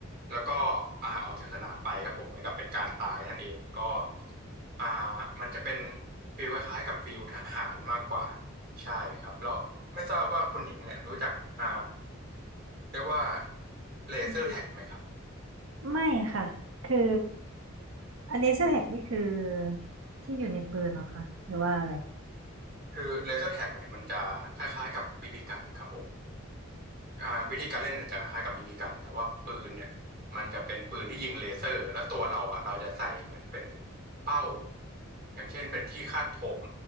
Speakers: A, on the right; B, on the right.
A: แล้วก็อ่าออกจากสนามไปครับผมเหมือนกับเป็นการตายนั่นเองก็อ่ามันจะเป็นฟีลคล้ายๆกับฟีลทหารมากกว่าใช่ครับแล้วไม่ทราบว่าคุณหญิงเนี่ยรู้จักอ่าเรียกว่าเลเซอร์แท็กไหมครับ
B: บีบีกัน ไม่ค่ะ คืออันนี้สแท็กนี่คือที่อยู่ในปืนเหรอคะหรือว่าอะไร
A: คือเลเซอร์แท็กเนี่ยมันจะคล้ายๆกับบีบีกันครับผม อ่าวิธีการเล่นเนี่ยจะคล้ายๆกับบีบีกันแต่ว่าปืนเนี่ยมันจะเป็นปืนที่ยิงเลเซอร์แล้วตัวเราอ่ะเราจะใส่เหมือนเป็นเป้าอย่างเช่นเป็นที่คาดผม